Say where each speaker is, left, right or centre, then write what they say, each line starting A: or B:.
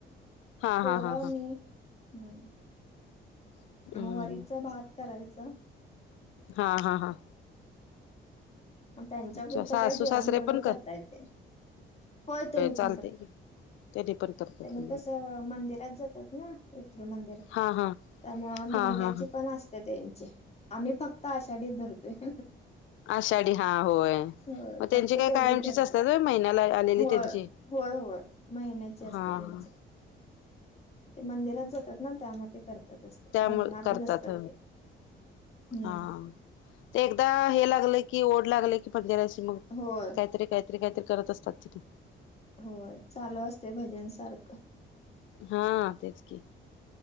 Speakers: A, on the left; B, on the left.
A: हा
B: पोर,
A: हा हा हा
B: मी. हम्म.
A: हम्म
B: मग वरीचा भात करायचा.
A: हा हा हा.
B: मग त्यांच्या
A: अच्छा
B: पुुरतं
A: सासू
B: काय जेवण
A: सासरे
B: तेवढं
A: पण कर
B: करता येतंय. होय तेनी
A: चालते
B: पण करत्यात.
A: की त्यांनी पण करतात
B: त्यांनी कसं मंदिरात जातात ना, विठ्ठल मंदिरात.
A: हा हा
B: त्यामुळं
A: हा
B: महिन्याचे
A: हा हा
B: पण आसते त्यांचे, आम्ही फक्त आषाढीच धरतोय.
A: आषाढी हा होय.
B: होय
A: मग त्यांची
B: फक्त
A: काय
B: तेवढीच
A: कायमचीच
B: धरतोय.
A: असतात होय महिन्याला आलेली
B: होय
A: त्यांची
B: होय होय महिन्याची असत्या
A: हा
B: त्यांची.
A: हा
B: ते मंदिरात जातात ना त्यामुळे ते करतातच ते,
A: त्यामुळे
B: भजनातच
A: करतात
B: असतात ते. हम्म
A: हा ते एकदा हे लागलं की ओढ लागलं, की जराशी मग
B: होय
A: काहीतरी काही काहीतरी काहीतरी करत असतात तेनी.
B: होय चालू असतंय भजन सारखं.
A: हा तेच की.